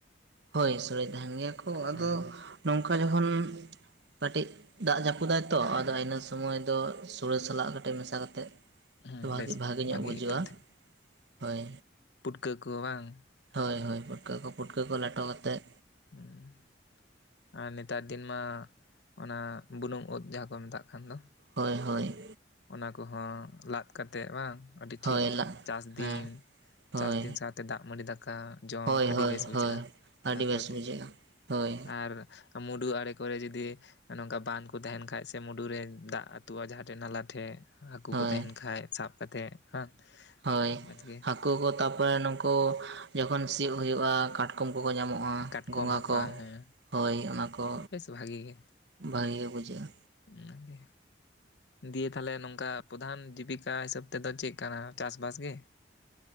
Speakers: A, on the right; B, on the left.
A: ᱦᱳᱭ ᱥᱳᱲᱮ ᱛᱟᱦᱮᱱ ᱜᱮᱭᱟ ᱠᱚ
B: ᱦᱮᱸ
A: ᱟᱫᱚ ᱱᱚᱝᱠᱟ ᱡᱚᱠᱷᱚᱱ ᱠᱟᱹᱴᱤᱡᱽ ᱫᱟᱜᱽ ᱡᱟᱹᱯᱩᱫᱟᱭ ᱛᱚ ᱟᱫᱚ ᱤᱱᱟᱹ ᱥᱩᱢᱟᱹᱭ ᱫᱚ ᱥᱩᱲᱟᱹ ᱥᱟᱞᱟᱜ ᱠᱟᱴᱤᱜ ᱠᱟᱛᱮ ᱢᱮᱥᱟ ᱠᱟᱛᱮ
B: ᱦᱮᱸ
A: ᱵᱷᱟᱜᱤ
B: ᱵᱮᱥ
A: ᱵᱷᱟᱜᱮ ᱧᱚᱜ ᱵᱩᱡᱟᱹᱜᱼᱟ
B: ᱟᱹᱭᱠᱟᱹᱜ ᱛᱟᱦᱮᱱ
A: ᱦᱳᱭ᱾
B: ᱯᱩᱴᱠᱟᱹ ᱠᱚ ᱵᱟᱝ
A: ᱦᱳᱭ ᱦᱳᱭ ᱯᱩᱴᱠᱟᱹ ᱠᱚ ᱯᱩᱴᱠᱟᱹ ᱠᱚ ᱞᱮᱴᱚ ᱠᱟᱛᱮᱫ
B: ᱩᱸ ᱟᱨ ᱱᱮᱛᱟᱨ ᱫᱤᱱ ᱢᱟ ᱚᱱᱟ ᱵᱩᱱᱩᱝ ᱩᱫ ᱡᱟᱦᱟᱸ ᱠᱚ ᱢᱮᱛᱟᱜ ᱠᱟᱱ ᱫᱚ
A: ᱦᱳᱭ ᱦᱳᱭ
B: ᱚᱱᱟ ᱠᱚᱦᱚᱸ ᱞᱟᱫᱽ ᱠᱟᱛᱮᱫ ᱵᱟᱝ ᱟᱹᱰᱤ
A: ᱦᱳᱭ
B: ᱴᱷᱤᱠ
A: ᱞᱟᱜ
B: ᱪᱟᱥ ᱫᱤᱱ
A: ᱦᱮᱸ ᱦᱳᱭ
B: ᱪᱟᱥ ᱫᱤᱱ ᱥᱟᱶᱛᱮ ᱫᱟᱜᱽ ᱢᱟᱹᱰᱤ ᱫᱟᱠᱟ ᱡᱚᱢ
A: ᱦᱳᱭ
B: ᱟᱹᱰᱤ
A: ᱦᱳᱭ
B: ᱵᱮᱥ ᱵᱩᱡᱷᱟᱹᱜᱼᱟ
A: ᱦᱳᱭ ᱟᱹᱰᱤ
B: ᱚᱱᱟ
A: ᱵᱮᱥ
B: ᱠᱚᱛᱮ
A: ᱵᱩᱡᱷᱟᱹᱜᱼᱟ ᱦᱳᱭ
B: ᱟᱨ ᱢᱩᱰᱩ ᱟᱲᱮ ᱠᱚᱨᱮ ᱡᱩᱫᱤ ᱱᱚᱝᱠᱟ ᱵᱟᱸᱫ ᱠᱚ ᱛᱟᱦᱮᱱ ᱠᱷᱟᱡᱽ ᱥᱮ ᱢᱩᱰᱩ ᱨᱮ ᱫᱟᱜᱽ ᱟᱹᱛᱩᱜᱼᱟ ᱡᱟᱦᱟᱸ ᱴᱷᱮᱱ ᱱᱟᱞᱟ ᱴᱷᱮᱡ ᱦᱟᱹᱠᱩ
A: ᱦᱳᱭ
B: ᱠᱚ ᱛᱟᱦᱮᱱ ᱠᱷᱟᱡ ᱥᱟᱵᱽ ᱠᱟᱛᱮᱫ ᱦᱟᱸ
A: ᱦᱳᱭ
B: ᱢᱚᱡᱽ ᱜᱮ
A: ᱦᱟᱹᱠᱩ ᱠᱚ ᱛᱟᱯᱚᱨᱮ ᱱᱩᱠᱩ ᱡᱚᱠᱷᱚᱱ ᱥᱤᱭᱳᱜ ᱦᱩᱭᱩᱜ-ᱟ ᱠᱟᱴ ᱠᱚᱢ ᱠᱚᱠᱚ ᱧᱟᱢᱚᱜ-ᱟ
B: ᱠᱟᱴᱠᱚᱢ
A: ᱜᱚᱸᱜᱷᱟ
B: ᱨᱟᱯᱟᱜ
A: ᱠᱚ
B: ᱦᱮᱸ
A: ᱦᱳᱭ ᱚᱱᱟ ᱠᱚ
B: ᱵᱮᱥ ᱵᱷᱟᱜᱤ ᱜᱮ
A: ᱵᱷᱟᱜᱮ ᱜᱮ ᱵᱩᱡᱷᱟᱹᱜ-ᱟ᱾
B: ᱚᱱᱟᱜᱮ ᱫᱤᱭᱮ ᱛᱟᱦᱞᱮ ᱱᱚᱝᱠᱟ ᱯᱚᱫᱷᱟᱱ ᱡᱤᱵᱤᱠᱟ ᱦᱤᱥᱟᱹᱵᱽ ᱛᱮᱫᱚ ᱪᱮᱫ ᱠᱟᱱᱟ ᱪᱟᱥ ᱵᱟᱥ ᱜᱤ